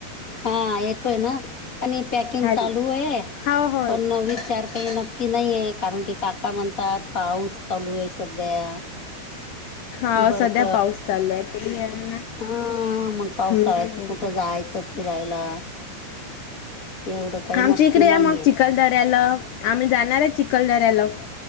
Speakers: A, on the left (about 30°); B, on the left (about 80°).
A: हा येतोय ना? आणि पॅकिंग
B: हॅलो
A: चालू आहे
B: हाव होय
A: पण विचार <inaudible> काही नक्की नाही आहे कारण की का का म्हणतात पाऊस चालू आहे सध्या.
B: हाव
A: बर्फ
B: सध्या पाऊस चालू आहे ते आहे ना
A: हा मग पावसाळयाचं
B: हम्म
A: कुठं जायचं फिरायला एवढं काही
B: आमच्या
A: नक्की
B: इकडे
A: नाहीये
B: या मग चिखलदऱ्याला आम्ही जाणार आहे चिखलदऱ्याला